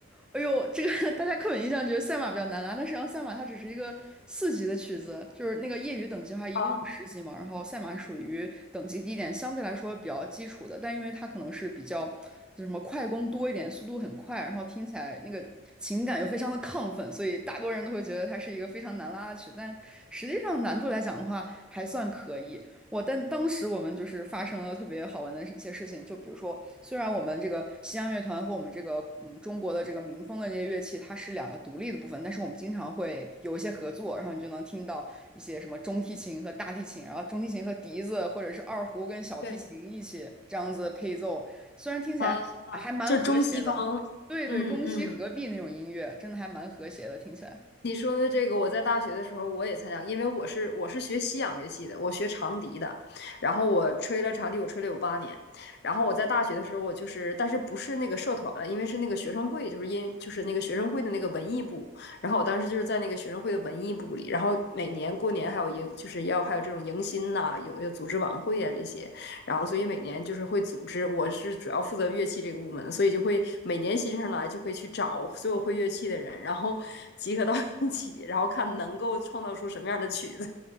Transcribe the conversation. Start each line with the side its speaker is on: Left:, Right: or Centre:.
Centre: 哎呦，这个 <laughs> 大家刻板印象觉得赛马比较难拉，但实际上赛马它只是一个四级的曲子，就是那个业余等级的话，一共有十级嘛。
Left: 啊，
Centre: 然后赛马属于等级低一点，相对来说比较基础的，但因为它可能是比较就什么快攻多一点，速度很快，然后听起来那个情感又非常的亢奋，所以大多人都会觉得它是一个非常难拉的曲。但实际上难度来讲的话，还算可以。我但当时我们就是发生了特别好玩的一些事情，就比如说，虽然我们这个西洋乐团和我们这个嗯中国的这个民风的这些乐器，它是两个独立的部分，但是我们经常会有一些合作，然后你就能听到一些什么中提琴和大提琴，然后中提琴和笛子或者是二胡跟小提琴一起这样子配奏，
Left: 对
Centre: 虽然听起来啊还蛮和谐的，
Left: 啊，就是中西方，
Centre: 对对，
Left: 嗯嗯
Centre: 中西合璧那种音乐，真的还蛮和谐的，听起来。
Left: 你说的这个，我在大学的时候我也参加过因为我是我是学西洋乐器的，我学长笛的，然后我吹了长笛，我吹了有八年，然后我在大学的时候，我就是，但是不是那个社团了，因为是那个学生会，就是音就是那个学生会的那个文艺部，然后我当时就是在那个学生会的文艺部里，然后每年过年还有迎，就是要还有这种迎新呐、有有组织晚会啊这些，然后所以每年就是会组织，我是主要负责乐器这个部门的所以就会每年新生来就会去找所有会乐器的人，然后 <laughs> 集合到一起，然后看能够创造出什么样的曲子。